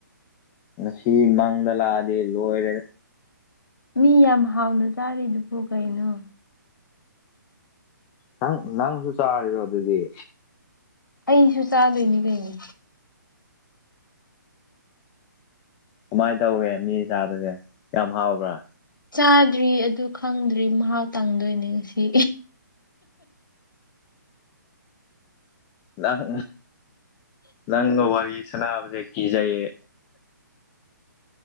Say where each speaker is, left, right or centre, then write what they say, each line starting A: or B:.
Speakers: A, on the left (about 20°); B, on the left (about 80°).
A: ꯉꯁꯤ ꯃꯥꯡꯗ ꯂꯥꯛꯑꯗꯤ ꯂꯣꯏꯔꯦ
B: ꯃꯤ ꯌꯥꯝ ꯍꯥꯎꯅ ꯆꯥꯔꯤꯗꯨꯕꯨ ꯀꯩꯅꯣ
A: ꯅꯪ ꯅꯪꯁꯨ ꯆꯔꯗꯨꯗꯤ
B: ꯑꯩꯁꯨ ꯆꯥꯗꯣꯏꯅꯤ ꯀꯩꯅꯣ
A: ꯀꯃꯥꯏꯅ ꯇꯧꯋꯦ ꯃꯤ ꯆꯥꯕꯁꯦ ꯌꯥꯝ ꯍꯥꯎꯕ꯭ꯔꯥ
B: ꯆꯥꯗ꯭ꯔꯤ ꯑꯗꯨ ꯈꯪꯗ꯭ꯔꯤ ꯃꯍꯥꯎ ꯇꯪꯗꯣꯏꯅꯦ ꯉꯁꯤ
A: ꯅꯪ ꯅꯪ ꯅ ꯋꯥꯔꯤꯔꯤ ꯁꯅꯕꯁꯦ ꯀꯖꯩꯌꯦ